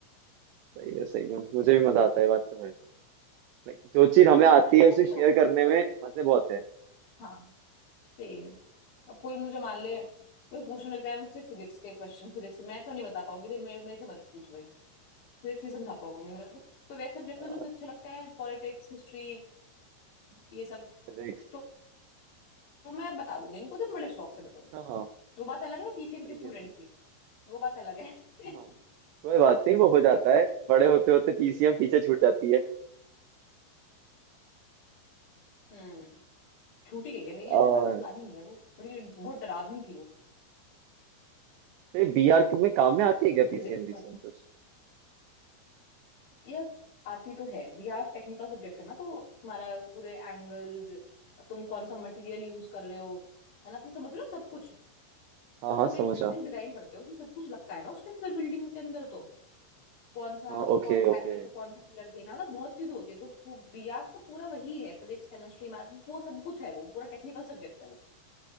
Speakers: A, on the right; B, on the left.
A: सही है सही में मुझे भी मजा आता है बात तो है लाइक जो चीज
B: हाँ
A: हमें
B: मुझे
A: आती
B: मुझे क्या
A: है
B: है
A: उसे शेयर
B: पढ़ा
A: करने में मजे बहुत है
B: हाँ सेम अब कोई मुझे मान ले
A: हाँ
B: कोई पूछने लगता है मुझसे फिजिक्स के क्वेश्चन फिजिक्स से मैं तो नहीं बता पाऊंगी भाई मेरे मेरे से मत पूछ भाई फिजिक्स नहीं समझा पाऊंगी मैं कुछ- कोई वैसे सब्जेक्ट
A: <laughs>
B: हो
A: हाँ
B: जो मुझे अच्छा लगता है पॉलिटिक्स हिस्ट्री ये सब
A: तो next।
B: तो, तो मैं बता दूंगी इनको तो मैं बड़े शौक से बताऊंगी
A: हाँ हाँ,
B: वो बात अलग है मैं पीसीएम
A: सही
B: की स्टूडेंट
A: है सही है।
B: थी वो बात अलग है <laughs>
A: हाँ कोई बात नहीं वो हो जाता है बड़े होते होते पीसीएम पीछे छूट जाती है
B: हम्म छूटी गई है मेरी यार
A: और
B: मुझे वापस लानी नहीं है वो बड़ी बहुत डरावनी थी वो
A: फिर बीआर में काम में आती है क्या पीसीएम
B: फिजिक्स
A: पीसीएम कुछ
B: ये आती तो है बीआर टेक्निकल सब्जेक्ट है ना तो तुम्हारा पूरे एंगल्स तुम कौन सा मटेरियल यूज कर रहे हो है ना तुम समझ रहे हो सब कुछ
A: हाँ
B: जब
A: हाँ
B: तुम एक
A: समझा
B: बिल्डिंग डिजाइन करते हो उसमें सब कुछ लगता है ना उसके अंदर बिल्डिंग के अंदर तो कौन सा
A: हाँ ओके
B: कौन सा
A: ओके
B: एंगल पे कौन सा पिलर देना मतलब बहुत चीज होती है तो बीआर तो पूरा वही है फिजिक्स केमिस्ट्री मैथ वो सब कुछ है वो पूरा टेक्निकल सब्जेक्ट है वो